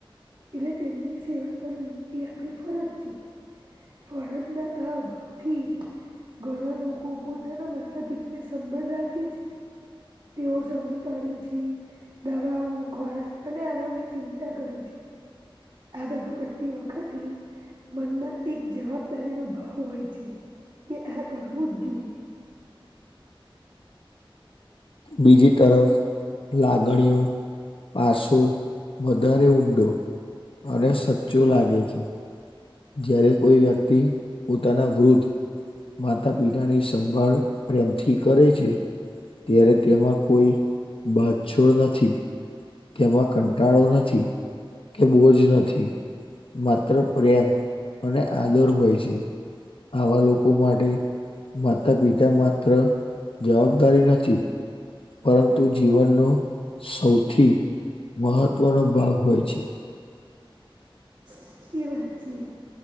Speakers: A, on the right (about 55°); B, on the left (about 70°).
A: એટલે તેમની સેવા કરવી એ આપણી ફરજ છે. ફરજના આ અ ભાવથી ઘણા લોકો પોતાના માતા પિતા ને સંભાળ રાખે છે, તેઓ સમય કાઢે છે, દવાઓ ખોરાક અને આરામની ચિંતા કરે છે. આ બધું કરતી વખતથી મનમાં એક જવાબદારી નો ભાવ હોય છે, કે આ કરવું જ જોઈએ,
B: બીજી તરફ લાગણીઓ, પાછો વધારે ઊંડો અને સચ્ચો લાગે છે, જય્યારે કોઈ વ્યક્તિ પોતાના વૃદ્ધ માતા પિતાની સંભાળ પ્રેમથી કરે છે, ત્યારે તેમાં કોઈ બાછછોડ નથી, તેમાં કંટાળો નથી, કે બોજ નથી માત્ર પ્રેમ અને આદર હોય છે, આવા લોકો લોકો માટે માતા પિતા માત્ર જવાબદારી નથી, પરંતુ જીવનનો સૌથી મહત્વનો ભાગ હોય છે,
A: <inaudible> વાત છે,